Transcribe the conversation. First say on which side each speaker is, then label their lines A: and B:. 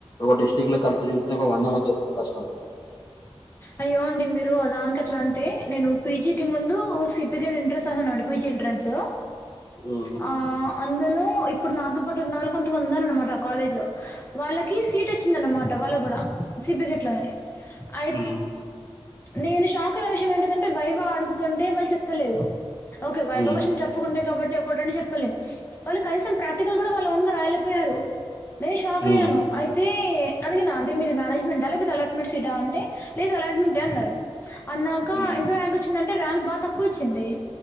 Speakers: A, on the left; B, on the left.
A: ఒక డిస్టిరిక్ట్ లో కలిపి చూసిన ఒక వంద మంది ఎరుడు కష్టాం
B: అయ్యో అండి మీరు అ దానికి అట్లా అంటే నేను పీజీకి ముందు సిపిగా ఎంట్రన్స్ అని పి జీ ఎంట్రెన్స్
A: హ్మ్.
B: ఆ అందులో ఇప్పుడు నాతో పాటు ఉన్న వాళ్ళు కొంతమంది ఉన్నారుఅనమాట ఆ కాలేజ్ లో వాళ్ళకీ సీట్ వచ్చిందన్నమాట వాళ్ళ కూడా సిపికెట్ లోనే ఆ
A: మ్
B: నేను షాక్ అయిన విషయం ఏంటిదంటే వైభా అడుగుతుంటే వాళ్ళు చెప్తలేరు ఓకే వైభా
A: హ్మ్.
B: వర్షన్ ట్ర చ్చుకుంటాయి కాబట్టి ఒకటిరెండు చెప్పలేం వాళ్ళు కనీసం ప్రాక్టికల్ కూడా వాళ్ళు ఓన్గ రాయలేకపోయారు నేను షాక్
A: హ్మ్.
B: అయ్యాను అయితే అదిగి నాంటైప్ మీది మేనేజ్మెంటా లేకపోతే అలాట్మెంట్ సీటీ నా అంటే లేదు అలాట్మెంటే అన్నారు అన్నాక్
A: ఊ
B: ర్యాంక్ వచ్చిందింటే ర్యాంక్ బా తక్కువ వచ్చిందే